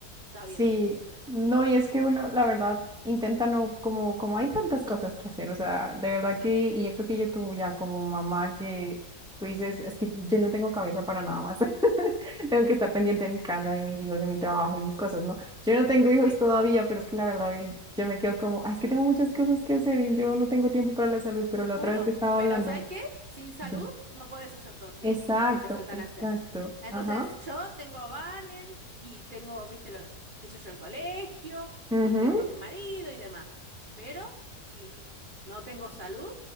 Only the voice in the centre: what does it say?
Sí,
no, y es que uno, la verdad, intenta no, como, como hay tantas cosas que hacer, o sea, de verdad que, y yo creo que YouTube ya como mamá que tú dices, es que yo no tengo cabeza para nada más, <laughs> tengo que estar pendiente de mi casa, de mis hijos, de mi trabajo y mis cosas, ¿no? Yo no tengo hijos
todavía, pero es que la verdad eh, yo me quedo como, "Ah, es que tengo muchas cosas que hacer y yo no tengo tiempo para la salud, pero la otra
vez que estaba
hablando
de...
Exacto,
exacto,
ajá,
ujú,